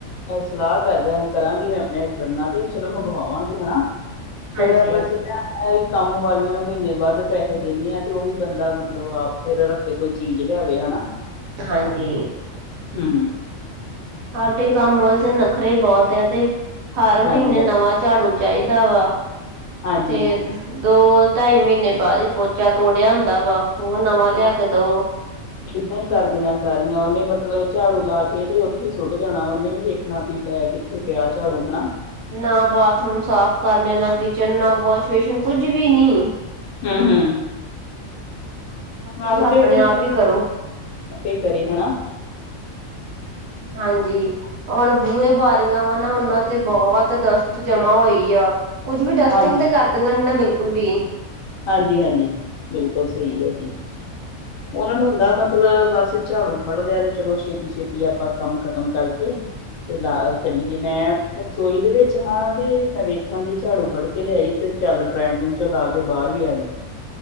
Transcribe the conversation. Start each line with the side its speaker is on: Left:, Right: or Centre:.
Left: ਸਲਾਹ ਕਰਾ ਕਰਾਂਗੀ ਮੈਂ ਆਪਣੇ ਹਸਬੈਡ ਨਾ ਤੇ। ਚਲੋ ਮੰਗਵਾਵਾਂਗੇ ਹਨਾ ਫੇਰ
Right: ਹਾਂਜੀ
Left: ਆਪਾਂ
Right: ਹਾਂਜੀ
Left: ਜਿਦਾ। ਅਹੀ ਕੰਮ ਵਾਲੀਆਂ ਨੂੰ ਮਹੀਨੇ ਬਾਅਦ ਪੈਹੇ ਦਿੰਨੇ ਆ ਤੇ ਉਹੀ ਬੰਦਾ ਮਤਲਬ ਆਪ ਫਿਰ ਰੱਖ। ਜੇ ਕੋਈ ਚੀਜ਼ ਲਿਆਵੇ ਹੈਨਾ।
Right: ਹਾਂਜੀ।
Left: ਹੁੰ
Right: ਸਾਡੇ ਕੰਮਵਾਲੀ ਦੇ ਤੇ ਨਖਰੇ ਹੀ ਬਹੁਤ ਆ ਤੇ ਹਰ
Left: ਹਾਂਜੀ-ਹਾਂਜੀ,
Right: ਮਹੀਨੇ
Left: ਹਾਂਜੀ।
Right: ਨਵਾਂ। ਝਾੜੂ ਚਾਹੀਦਾ ਵਾ
Left: ਹਾਂਜੀ
Right: ਤੇ। ਦੋ ਢਾਈ ਮਹੀਨੇ ਬਾਅਦ ਹੀ ਪੋਚਾ ਤੋੜਿਆ ਹੁੰਦਾ ਵਾ ਉਹ ਨਵਾਂ ਲਿਆ
Left: ਉਹ
Right: ਕੇ ਦੋਉ। <inaudible>
Left: ਏਦਾਂ ਹੀ ਕਰਦੀਆਂ ਸਾਰੀਆਂ ਉਹਨੇ ਮਤਲਬ ਝਾੜੂ ਲਾ ਕੇ ਤੇ ਉੱਥੇ ਹੀ ਸੁੱਟ ਜਾਣਾ ਉਹਨੇ ਨੀ ਵੇਖਣਾ ਵੀ ਪੈਰ। ਕਿਥੇ ਪਿਆ ਝਾੜੂ ਹਨਾ।
Right: ਨਾ ਬਾਥਰੂਮ ਸਾਫ ਕਰਨੇ ਨਾ ਕਿਚਨ, ਨਾ ਵਾਸ਼ ਵੇਸ਼ਨ ਕੁੱਝ ਵੀ ਨੀ।
Left: ਹੁੰ, ਹੁੰ
Right: ਸਭ ਕੁੱਝ
Left: ਆਹੋ
Right: ਆਪਣੇ
Left: ਤੇ ਉਦੇ ਨ
Right: ਆਪ ਹੀ ਕਰੋ
Left: ਆਪੇ ਕਰੇ ਹੈਣਾ।
Right: ਹਾਂਜੀ, ਹੁਣ ਬੂਹੇ ਬਾਰ। ਵਾ ਨਾ ਉਹਨਾਂ ਤੇ ਬਹੁਤ ਡਸਟ ਜਮਾ ਹੋਈ ਆ। ਕੁੱਝ ਵੀ ਡਸਟਿੰਗ
Left: ਹਾਂਜੀ,
Right: ਤੇ ਕਰ। ਚੰਗਾ ਨਹੀਂ ਨਾ ਬਿਲਕੁਲ ਵੀ।
Left: ਹਾਂਜੀ, ਹਾਂਜੀ ਬਿਲਕੁਲ ਸਹੀ ਹੈ ਜੀ।
Right: <inaudible>
Left: ਉਹਨਾ ਨੂੰ ਹੁੰਦਾ ਮਤਲਬ ਬਸ ਝਾੜੂ ਫੜ ਲਿਆ ਤੇ ਚਲੋ ਛੇਤੀ -ਛੇਤੀ ਆਪਾਂ ਕੰਮ ਖਤਮ ਕਰਕੇ। ਤੇ ਲਾ ਚੱਲੀਏ ਮੈਂ ਰਸੋਈ ਦੇ ਵਿੱਚ ਹਾਂ ਤੇ ਮੈਂ ਵੇਖਾਂ ਦੀ ਝਾੜੂ ਫੜ ਕੇ ਲਿਆਈ ਤੇ ਚੱਲ ਡਰਾਇੰਗ ਰੂਮ ਚੋਂ ਲਾ ਕੇ। ਤੇ ਬਾਹਰ ਵੀ ਆ ਗਈ।